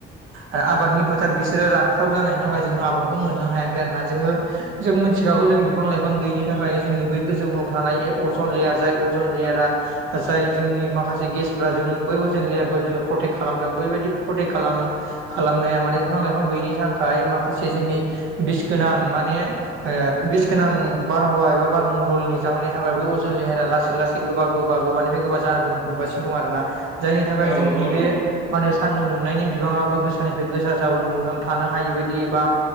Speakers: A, on the right; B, on the right.
A: आरो आबादनि फोथार बिसोरो रानख्राव जानायनि थाखाय जोङो आबादखौ मोननो हायाखै आरोना जोङो जों मिथिखागौ जों बिफां लाइफां गैयिनि थाखाय जोंनि बै गोजौआव थानाय अजन लेयार जाय अजन लेयारा जाय जोंनि माखासे गेसफ्रा जों बै अजेन लेयारखौ जोङो प्रटेक्ट खालामदों बैबायदि प्रटेक्ट खालाम खालामनाया माने बिफां लाइफां गैयिनि थाखाय माखासे जोंनि बिस गोनां माने बिस गोनां बारहावा एबा बारमण्डलनि जाहोननि थाखाय बै अजन लेहेरा लासै लासै गोबा गोबा गोबानिफ्राय गोबा जाबोनो हमगासिनो दं आर ना जायनि थाखाय
B: औ
A: जोंनि
B: नंगौ
A: बे
B: नंगौ नोंथां
A: मा होन सानदुं दुंनायनि बिबाङाबो गोसानिफ्राय गोसा जाबोनो हमदों थानो हायि बायदि एबा